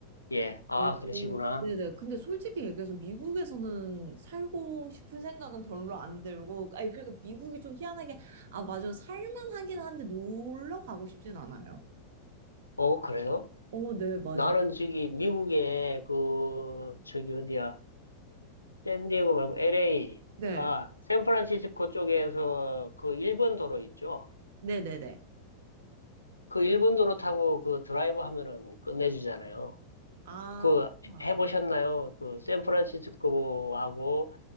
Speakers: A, on the left; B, on the right.
A: 예, 아
B: 오,
A: 그러시구나.
B: 네네. 근데 솔직히 얘기해서 미국에서는 살고 싶은 생각은 별로 안 들고, 아니, 그러니까 미국이 좀 희한하게, 아, 맞아. 살만하긴 한데 놀러 가고 싶진 않아요.
A: 어 그래요?
B: 오, 네, 맞아요.
A: 나는 저기 미국에 그 저기 어디야? 샌디에고 말고 LA
B: 네,
A: 아 샌프란시스코 쪽에서 그 일본 도로 있죠?
B: 네네네.
A: 그 일본 도로 타고 그 드라이브 하면은 끝내주잖아요.
B: 아,
A: 그
B: 아,
A: 해보셨나요? 그 샌프란시스코하고